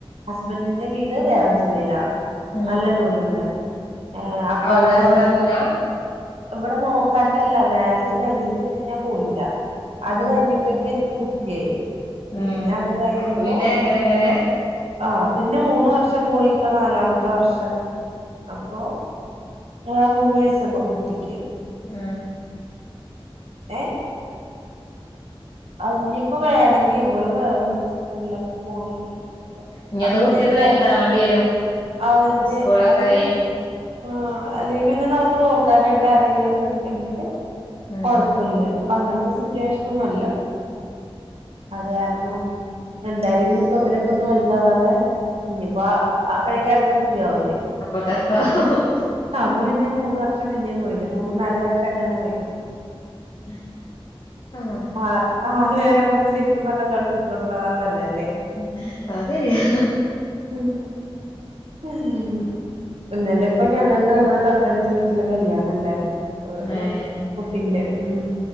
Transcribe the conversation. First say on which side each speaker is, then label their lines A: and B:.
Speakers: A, on the right (about 85°); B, on the left (about 50°).
A: ഹസ്ബന്റിന്റെ വീട് വേറെ ജില്ലയിലാണ്.
B: ആഹ്
A: നല്ല ദൂരണ്ട് ഏഹ് അപ്പ
B: അവിടെ
A: അതാരണം.
B: നോക്കാനില്ല
A: ഇവ്ടെ നോക്കാണ്ടല്ല മാരേജ് കയ്ഞ്ഞ്ട്ട് പിന്നെ ഞാൻ പോയില്ല അത്
B: ആഹ്
A: കയ്ഞ്ഞ്. അപ്പൊയേക്കും എനിക്ക് കുട്ടിയായി പിന്നെ
B: ഉം
A: അത് കഴിഞ്ഞപ്പോ.
B: അപ്പൊ പിന്നെ അങ്ങനെ അങ്ങനെ
A: ആഹ് പിന്നെ മൂന്ന് വർഷം പോയി ഇപ്പൊ നാലാമത്തെ വർഷം അപ്പൊ. ആഹ് മൂന്ന് വയസ്സിപ്പൊ കുട്ടിക്ക്.
B: മ്
A: ഏഹ്. അഹ്ഞ്ഞിപ്പൊ വേണങ്കിൽ ഇവള് വേ ഒന്ന് സ്കൂളിലൊക്കെ പോയി.
B: ഇനിയൊന്ന്
A: അങ്ങനൊക്കെ
B: കുട്ടിയൊന്ന് വലുതാവേണ്ടി വരും
A: അവന്ന്
B: സ്കൂളൊക്കെ
A: അല്ലെങ്കി.
B: ആയി
A: ആഹ് അല്ലേ പിന്നെ നമുക്ക് നോക്കാനായിട്ട് ആരെങ്കിലുംക്കെ ഇണ്ടെങ്കില്.
B: ഉം
A: കൊഴ്പ്പുല്ല ഇത്പ്പൊ അങ്ങൻത്തെ സിറ്റുവേഷ്നൊന്നു അല്ല. അതാരണം എന്തായാലും ഇഞ്ഞ്പ്പൊ ഇവരൊക്കെ ഒന്നും വലുതാവാതെ ഇഞ്ഞ്പ്പോആ ആഹ്. അപ്പഴേക്കും അടുത്ത കുട്ടിയാവുലേ.
B: അപ്പൊത്തട്ത്താഹും.
A: അപ്പ പിന്നേ മൂന്ന് വർഷം പിന്നേം പോയില്ലെ മൂന്ന് നാല് വർഷം അങ്ങനെ പോയില്ലെ.
B: ഹ് ഹ്മ്.
A: ആഹ് ആ നേരം കൊണ്ട് ശെര്ക്കും പർഞ്ഞാ ഗൾഫ്ക്ക് വിടുന്ന നല്ലലെ
B: ഹ്മ് അഹ് ശെരിയാ.
A: ഹ്മ്. ഹ്മ് ഇന്നലെപ്പൊ ഞങ്ങൾകടെ ഇവ്ടെ തൊട്ടട്ത്ത വീട്ടില് കല്യാണണ്ടേര്ന്നു. ഓരു
B: ഏഹ്
A: കുട്ടിന്റെ. ഉം